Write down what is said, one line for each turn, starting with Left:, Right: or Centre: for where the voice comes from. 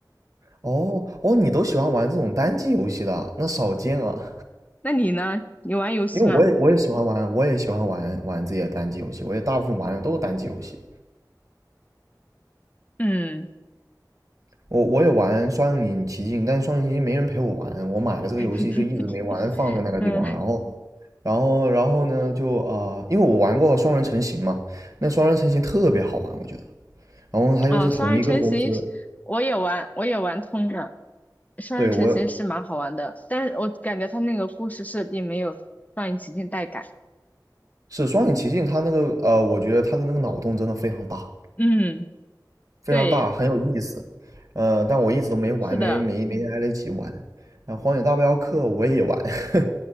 Right: 哦哦，你都喜欢玩这种单机游戏的啊，那少见啊。
Left: 那你呢？你玩游戏吗？
Right: 因为我也我也喜欢玩，我也喜欢玩玩自己的单机游戏，我也大部分玩的都是单机游戏。
Left: 嗯
Right: 我我也玩《双影奇境》，但是《双影奇境》没人陪我玩，我买了这个游戏就一直没玩，
Left: <laughs>
Right: 放在那个地方。
Left: 嗯，
Right: 然后，然后，然后呢，就啊、呃因为我玩过双人成行嘛，那双人成行特别好玩，我觉得。然后它又是同一个公司，
Left: 啊，《双人成行》我也玩，我也玩通了。《双人成行》是蛮好玩的，
Right: 对我
Left: 但是我感觉它那个故事设定没有《双影奇境》带感。
Right: 是《双影奇境》，它那个呃，我觉得它的那个脑洞真的非常大，
Left: 嗯，
Right: 非常大，
Left: 对，
Right: 很有意思。呃，但我一直都没玩，
Left: 是的。
Right: 没没没来得及玩。啊，《荒野大镖客》我也玩，<laughs>